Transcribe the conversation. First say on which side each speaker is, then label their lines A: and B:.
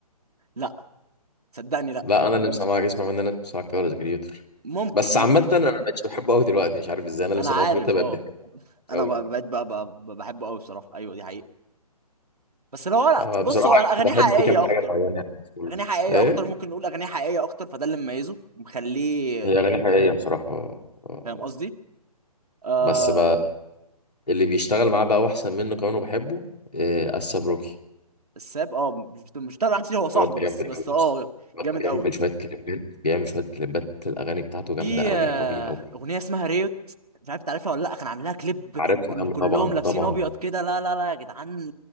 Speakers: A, on the right; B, on the left.
A: لا صدقني لا
B: لا انا اللي مسامعك اسمع مني انا اللي مسامعك ولا كريتور
A: ممكن
B: بس
A: ممكن
B: عامة انا ما بقتش بحبه قوي دلوقتي مش عارف ازاي انا اللي
A: انا
B: مسامعك
A: عارف
B: انت بقيت
A: اه
B: بحبه
A: انا
B: قوي
A: بق- بقيت بقى بقى بحبه قوي بصراحه ايوه دي حقيقه بس لو هو لا
B: انا
A: بص
B: بصراحة
A: هو اغانيه
B: بحب
A: حقيقيه
B: دي كام
A: اكتر
B: حاجة معينة يعني في كله.
A: اغانيه حقيقيه
B: ايه
A: اكتر ممكن نقول اغانيه حقيقيه اكتر فده اللي مميزه مخليه
B: هي اغاني حقيقية بصراحة آه، آه.
A: فاهم قصدي آه
B: بس بقى اللي بيشتغل معاه بقى واحسن منه كمان وبحبه إيه السبروكي
A: الساب اه مش مش تابع كتير هو صاحبه
B: الواد ده
A: بس
B: جامد
A: بس
B: قوي
A: اه
B: يا اسطى. الواد
A: جامد
B: ده بيعمل
A: قوي
B: شوية كليبات بيعمل شوية كليبات للاغاني بتاعته جامدة
A: في
B: قوي
A: آه،
B: قوي قوي
A: اغنيه اسمها ريوت مش عارف تعرفها ولا لا كان عامل لها كليب كان
B: عارفها
A: كل
B: يا عم
A: كلهم
B: طبعا
A: لابسين
B: طبعا
A: ابيض كده لا لا لا يا جدعان